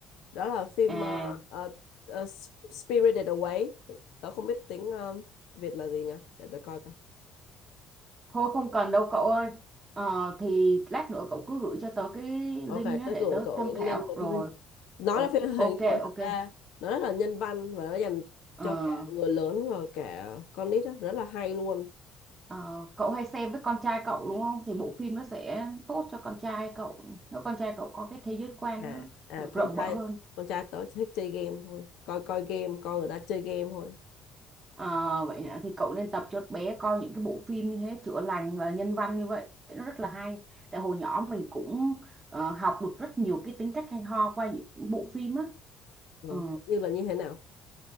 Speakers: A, on the left; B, on the right.
A: đó là phim
B: À
A: ờ, ờ, ờ, Spirited Away tớ không biết tiếng ờ, Việt là gì nha để tớ coi coi
B: thôi không cần đâu cậu ơi. Ờ thì lát nữa cậu cứ gửi cho tớ cái
A: ok
B: link á
A: tớ
B: để
A: gửi
B: tớ
A: cậu
B: tham
A: những
B: khảo
A: cái link về
B: rồi.
A: phim nó
B: O
A: là phim hoạt
B: ok
A: hình nhưng mà
B: ok.
A: thật ra nó rất là nhân văn và nó dành
B: Ờ,
A: cho cả người lớn và cả con nít á, rất là hay luôn
B: ờ, cậu hay xem với con trai cậu đúng không? Thì bộ phim nó sẽ tốt cho con trai cậu. Nếu con trai cậu có cái thế giới quan
A: à,
B: nó
A: à
B: được
A: con
B: rộng mở
A: trai
B: hơn.
A: con trai tớ thích chơi game thôi coi coi game coi người ta chơi game thôi
B: Ờ, vậy hả? Thì cậu nên tập cho bé coi những cái bộ phim như thế chữa lành và nhân văn như vậy nó rất là hay. Tại hồi nhỏ mình cũng ờ, học được rất nhiều cái tính cách hay ho qua những bộ phim á.
A: ừ.
B: Ừ
A: như là như thế nào